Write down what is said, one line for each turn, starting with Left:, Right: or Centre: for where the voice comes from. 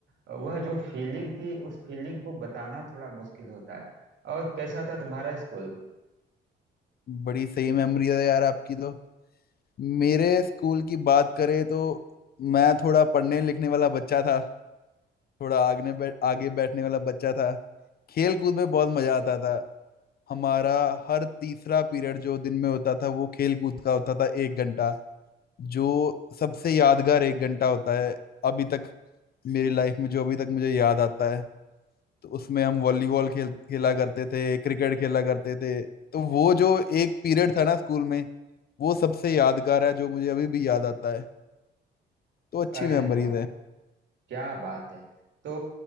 Right: आ, वह जो फीलिंग थी उस फीलिंग को बताना थोड़ा मुश्किल होता है और कैसा था तुम्हारा स्कूल
Left: बड़ी सही मेमोरी है यार आपकी तो मेरे स्कूल की बात करें तो मैं थोड़ा पढ़ने लिखने वाला बच्चा था थोड़ा आगने बैठ आगे बैठने वाला बच्चा था खेल कूद में बहुत मजा आता था हमारा हर तीसरा पीरियड जो दिन में होता था वो खेल कूद का होता था एक घंटा जो सबसे यादगार एक घंटा होता है अभी तक मेरी लाइफ में जो अभी तक मुझे याद आता है तो उसमें हम वॉलीबॉल खेल खेला करते थे क्रिकेट खेला करते थे तो वो जो एक पीरियड था ना स्कूल में वो सबसे यादगार है जो मुझे अभी भी याद आता है तो अच्छी
Right: अरे
Left: मेमोरीज
Right: वाह
Left: है
Right: क्या बात है तो